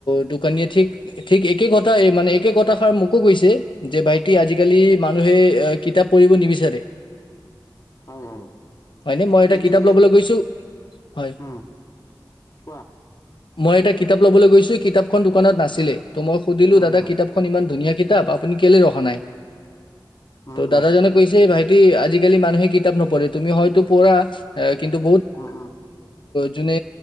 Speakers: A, on the left; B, on the left.
A: ত কনিয়ে ঠিক, ঠিক একে কথা মানে একে কথাষাৰ মোকো কৈছে যে, ভাইটি আজি আজিকালি মানুহে এ কিতাপ পঢ়িব নিবিচাৰে।
B: হয় হয়
A: হয়নে, মই
B: গতিকে
A: এটা কিতাপ লবলৈ গৈছো, হয়।
B: উম, কোৱা?
A: মই এটা কিতাপ লবলৈ গৈছো কিতাপখন দোকানত নাছিলেই টো মই সুধিলো
B: উম,
A: দাদা
B: উম,
A: কিতাপ ইমান ধুনীয়া কিতাপ, আপুনি কেলে ৰখা নাই।
B: উম,
A: ত' দাদাজনে
B: উম,
A: কৈছে ভাইটি আজিকালি মানুহে কিতাপ নপঢ়ে তুমি হয়তো পঢ়া। এ কিন্তু বহুতে।
B: উম, উম,
A: যোনে